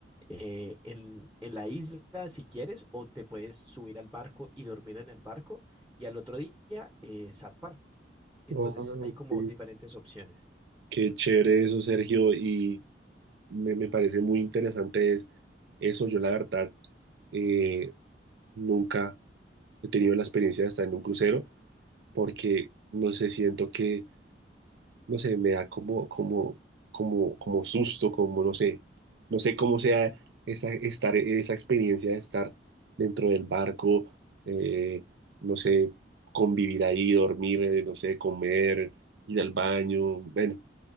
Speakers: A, in the centre; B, on the right.
A: eh, en, en la isla si quieres, o te puedes subir al barco y dormir en el barco y al otro día eh, zarpar. Entonces
B: Ah, ok.
A: hay como diferentes opciones.
B: Qué chévere eso, Sergio. Y me, me parece muy interesante es eso. Yo la verdad eh, nunca he tenido la experiencia de estar en un crucero porque no sé, siento que, no sé, me da como, como, como, como susto, como no sé, no sé cómo sea esa, estar, esa experiencia de estar dentro del barco, eh, no sé, convivir ahí, dormir, eh, no sé, comer, ir al baño, bueno,